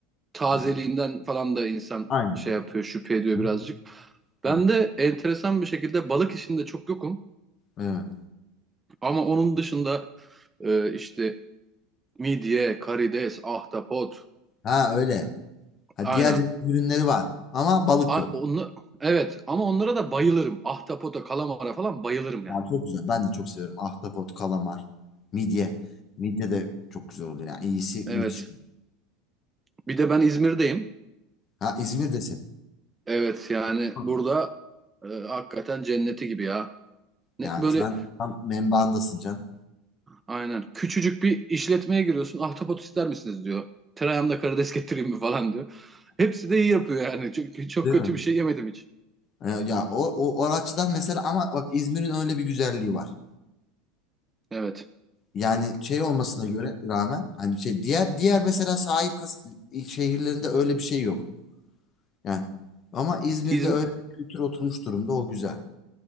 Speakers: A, on the right; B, on the left.
A: tazeliğinden
B: yani.
A: falan da insan
B: Aynen.
A: şey yapıyor, şüphe ediyor
B: Ha,
A: birazcık. Ben
B: Evet.
A: de enteresan bir şekilde balık işinde çok yokum.
B: Evet.
A: Ama onun dışında e, işte midye, karides, ahtapot,
B: Ha öyle. Ha,
A: aynen.
B: diğer ürünleri var ama balık
A: A-
B: yok.
A: onu, evet ama onlara da bayılırım. Ahtapota, kalamara falan bayılırım yani.
B: Ha, çok güzel. Ben de çok severim. Ahtapot, kalamar, midye. Midye de çok güzel oluyor. Yani iyisi
A: Evet.
B: müthiş.
A: Bir de ben İzmir'deyim.
B: Ha İzmir'desin.
A: Evet yani
B: Hı.
A: burada e, hakikaten cenneti gibi ya. Ne,
B: Yani
A: böyle
B: sen tam menbaındasın can.
A: Aynen. Küçücük bir işletmeye giriyorsun. Ahtapot ister misiniz diyor. Tereyağımda karides getireyim mi falan diyor. Hepsi de iyi yapıyor yani. Çünkü çok
B: Değil
A: kötü
B: mi?
A: bir şey yemedim hiç.
B: E, Ya o, o, o açıdan mesela ama bak İzmir'in öyle bir güzelliği var.
A: Evet.
B: Yani şey olmasına göre rağmen hani şey diğer diğer mesela sahil kas- şehirlerinde öyle bir şey yok. Yani ama İzmir'de
A: İzm-
B: öyle bir kültür oturmuş durumda o güzel.